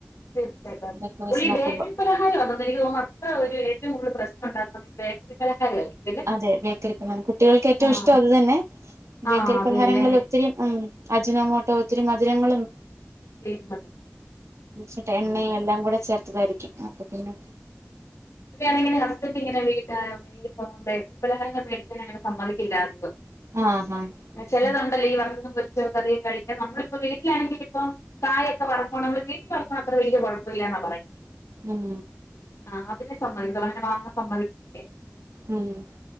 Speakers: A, on the left; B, on the right.
A: തീർച്ചായിട്ടും അതെ
B: അതൊക്കെ വെച്ച്
A: ഫുള്ളി
B: നോക്കുമ്പോ
A: ബേക്കറി പലഹാരംആണെന്ന് എനിക്ക് തോന്നു അത്ര ഒരു ഏറ്റവും കൂടുതൽ പ്രശ് ണ്ടാക്കുന്നത് ബേക്കറി പലഹാരമായിരിക്കും അല്ലേ
B: അതെ ബേക്കറിപലഹാരം കുട്ടികൾക്ക് ഏറ്റവും
A: ആഹ്
B: ഇഷ്ടം അത് തന്നെ
A: ആഹ്
B: ബേക്കറി
A: അത്
B: പലഹാരങ്ങളിൽ
A: തന്നെ
B: ഒത്തിരി ഉം അജ്നമോട്ടോ ഒത്തിരി മധുരങ്ങളും
A: ചെയ്യുന്നുണ്ട്.
B: ചിട്ട
A: ആഹ്
B: ണ്ണയും എല്ലാ കൂടെ ചേർ തായിരിക്കും അപ്പൊ പിന്നെ
A: ഇവിടെണെങ്കിൽ ഹസ്ബന്റിങ്ങനെ വിളി <unintelligible> ബേക്കറിപലഹാരങ്ങൾ മേടിക്കാൻ അങ്ങനെ സമ്മതിക്കില്ലാരന്നു.
B: ആഹ് ആഹ്
A: ചെലതുണ്ടല്ലേ ഈ വർ <unintelligible> അധികം കഴിക്ക നമ്മളിപ്പോ വീട്ട്ലാണെങ്കി പ്പം കായൊക്കെ വറക്കോണം മ്മൾ വീട്ടിൽ വറക്ക്ണത്ര വല്ല്യ കൊയപ്പംല്ലാന്നാ പറയുന്നെ
B: ഉം
A: ആ <unintelligible> സമ്മതി <unintelligible> <unintelligible> സമ്മതിക്കില്ലേ
B: ഉം